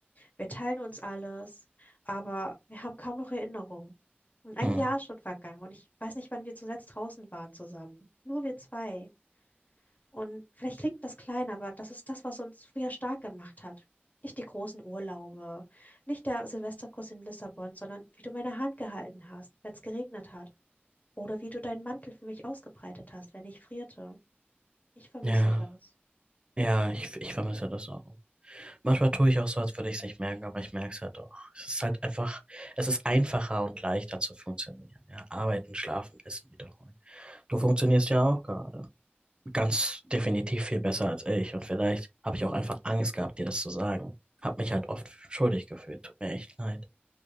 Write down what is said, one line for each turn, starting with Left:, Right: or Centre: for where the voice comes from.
Left: Wir teilen uns alles, aber wir haben kaum noch Erinnerungen. Und ein
Right: Hm.
Left: Jahr ist schon vergangen und ich weiß nicht, wann wir zuletzt draußen waren zusammen. Nur wir zwei. Und vielleicht klingt das klein, aber das ist das, was uns früher stark gemacht hat. Nicht die großen Urlaube, nicht der Silvesterkuss in Lissabon, sondern wie du meine Hand gehalten hast, wenn es geregnet hat. Oder wie du deinen Mantel für mich ausgebreitet hast, wenn ich frierte. Ich vermisse
Right: Ja,
Left: das.
Right: ja, ich, ich vermisse das auch. Manchmal tue ich auch so, als würde ich es nicht merken, aber ich merke es ja doch. Es ist halt einfach, es ist einfacher und leichter zu funktionieren. Ja, arbeiten, schlafen, essen, wiederholen. Du funktionierst ja auch gerade. ganz definitiv viel besser als ich. Und vielleicht habe ich auch einfach Angst gehabt, dir das zu sagen. Hab mich halt oft schuldig gefühlt. Tut mir echt leid.